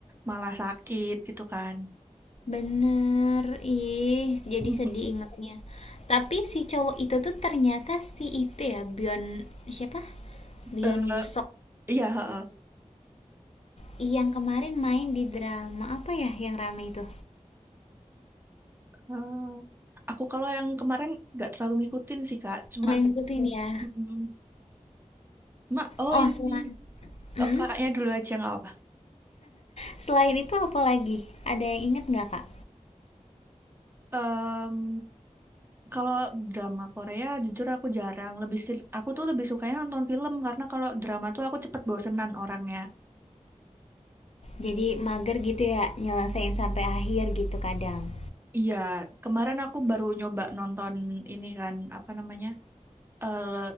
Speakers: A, on the right; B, on the left.
A: malah sakit gitu kan.
B: Bener, ih, jadi
A: <laughs>
B: sedih ingetnya. Tapi si cowok itu tuh ternyata si itu ya, Byeon siapa? Byeon
A: Eh,
B: woo
A: Iya, heeh.
B: Yang kemarin main di drama apa ya yang rame itu?
A: Eh, aku kalau yang kemarin nggak terlalu ngikutin sih Kak, cuma
B: Nggak ngikutin ya.
A: mm, cuma oh
B: Oh,
A: ini
B: selain Mm.
A: oh kakaknya dulu aja nggak apa.
B: Selain itu apa lagi? Ada yang inget nggak, Kak?
A: Em, kalau drama Korea jujur aku jarang, lebih sil- aku tuh lebih sukanya nonton film karena kalau drama tuh aku cepet bosenan orangnya.
B: Jadi mager gitu ya, nyelesain sampai akhir gitu kadang.
A: Iya, kemarin aku baru nyoba nonton ini kan apa namanya? eh